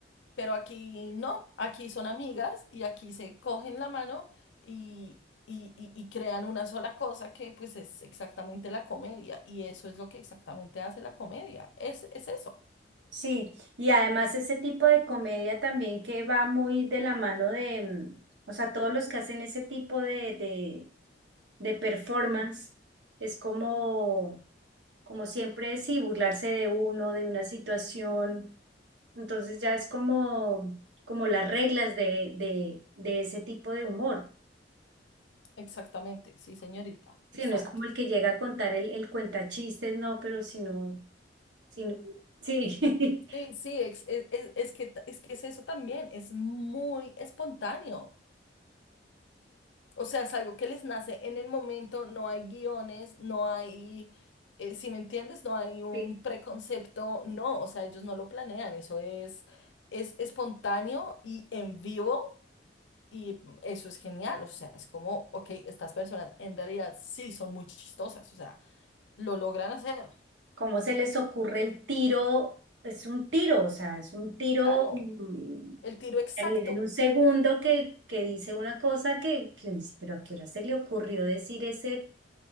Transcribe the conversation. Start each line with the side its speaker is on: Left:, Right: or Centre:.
Left: pero aquí no, aquí son amigas y aquí se cogen la mano y, y, y- y crean una sola cosa que pues es exactamente la comedia y eso es lo que exactamente hace la comedia, es, es eso,
Right: Sí, y además ese tipo de comedia también que va muy de la mano de, mm, o sea, todos los que hacen ese tipo de, de, de performance, es como como siempre, sí, burlarse de uno, de una situación. Entonces ya es como, como las reglas de, de, de ese tipo de humor.
Left: exactamente, sí señorita,
Right: Sí,
Left: exacto.
Right: no es como el que llega a contar el, el cuentachistes, no, pero sino, sino, sí, <laughs>
Left: Sí, sí, ex- es, es- es que, t- es que es eso también, es muy espontáneo. O sea, es algo que les nace en el momento, no hay guiones, no hay, eh, si me entiendes, no hay un
Right: Sí.
Left: preconcepto, no, o sea, ellos no lo planean, eso es, es espontáneo y en vivo y eso es genial, o sea, es como, ok, estas personas en realidad sí son muy chistosas, o sea, lo logran hacer,
Right: ¿Cómo se les ocurre el tiro? Es un tiro, o sea, es un tiro
Left: claro,
Right: mm,
Left: el tiro exacto.
Right: en realidad en un segundo que, que dice una cosa que, que uno dice, pero ¿a qué hora se le ocurrió decir ese